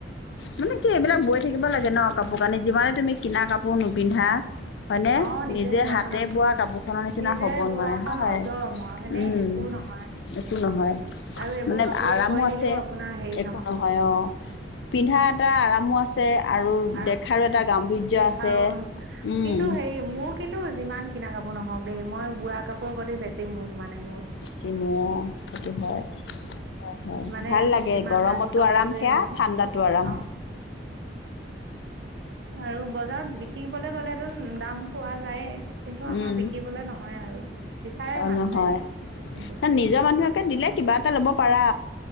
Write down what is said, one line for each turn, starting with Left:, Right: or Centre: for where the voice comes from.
Left: মানে কি এইবিলাক বৈ থাকিব লাগে ন কাপোৰ কানি যিমানে তুমি কিনা কাপোৰ নিপিন্ধা। হয়নে
Right: অ
Left: নিজে
Right: বোৱাখনৰ
Left: হাতে
Right: নিচিনা
Left: বোৱা কাপোৰখনৰ নিচিনা
Right: নিজে
Left: হ'ব নোৱাৰে
Right: বোৱাখন
Left: হয়,
Right: অজৰ অমৰ হয়নে
Left: উম
Right: একো নহয়
Left: একো নহয়
Right: আৰু এইবোৰ
Left: মানে-
Right: কাপোৰ
Left: আৰামো
Right: থৈ
Left: আছে
Right: দিলেও আপোনাৰ হেৰি
Left: একো নহয় অ পিন্ধা এটা আৰাম মো আছে আৰু
Right: আৰাম
Left: দেখাৰো
Right: আছে
Left: এটা গাম্ভীৰ্য
Right: দেখাও
Left: আছে উম,
Right: কিন্তু সেই মোৰ কিন্তু যিমান কিনা কাপোৰ নহওক দেই মই বোৱা কাপোৰৰ প্ৰতি বেছি মুখ মানে মোৰ।
Left: চিম' হয় হয় হয়
Right: মানে
Left: ভাল লাগে
Right: যিমান
Left: গৰমতো
Right: দামী কাপোৰযোৰে
Left: আৰাম সেয়া
Right: নহওক
Left: ঠাণ্ডাতো আৰাম।
Right: অ আৰু বজাৰত বিক্ৰী কবলৈ গ'লে টোন দাম পোৱা যায়। কিন্তু আমাৰ
Left: উম,
Right: বিকিবলৈ নহয় আৰু বিচাৰে
Left: অঁ
Right: মানুহে
Left: নহয়
Right: কিনিম বুলি।
Left: ন, নিজৰ মানুহকে দিলে কিবা এটা ল'ব পাৰা।